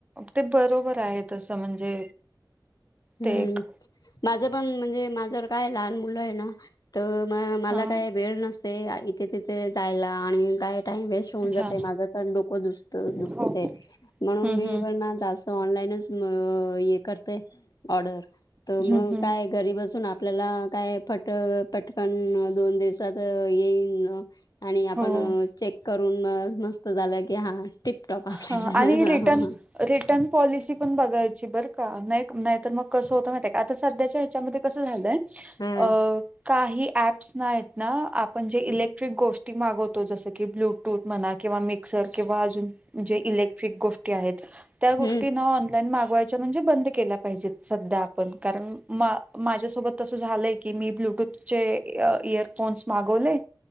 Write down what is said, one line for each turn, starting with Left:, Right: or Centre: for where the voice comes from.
Right: ते बरोबर आहे तसं म्हणजे
Left: हम्म
Right: ते एक
Left: माझं पण म्हणजे माझ्या काय लहान मुलं आहे ना. तर म मला
Right: हा
Left: काय वेळ नसतय इथे तिथे जायला आणि काय टाईम वेस्ट होउन
Right: अच्छा
Left: जात माझ तर डोक दुसत दुकते
Right: हो
Left: म्हणून
Right: हम्म
Left: मी
Right: हम्म
Left: ना जास तर ऑनलाईनच म य करतय ऑर्डर तर मग
Right: हम्म हम्म
Left: काय? घरी बसून आपल्याला काय फट-पटकन दोन दिवसात अ येईन आणि आपण
Right: हो
Left: अ चेक करून म-मस्त झालं की हां टिपटॉप आपल्याला
Right: हा आणि
Left: ह हां
Right: रिटर्न
Left: हां हां. <unintelligible>
Right: रिटर्न पॉलिसी पण बघायची बरं का नाही ना नाहीतर मग कसं होतं माहिती आहे का आता सध्याच्या ह्याच्यामध्ये कस झालंय
Left: ह
Right: अ काही ॲप्स नाय ना आपण जे इलेक्ट्रिक गोष्टी मागवतो जसं की ब्लूटूथ म्हणा किंवा मिक्सर किंवा अजून जे इलेक्ट्रिक गोष्टी आहेत त्या गोष्टीं
Left: हम्म
Right: ऑनलाईन मागवाय च म्हणजे बंद केल्या पाहिजेत सध्या आपण कारण म माझ्यासोबत तस झालंय की मी ब्लूूटूथ जे इय-इयरफोन्स मागवले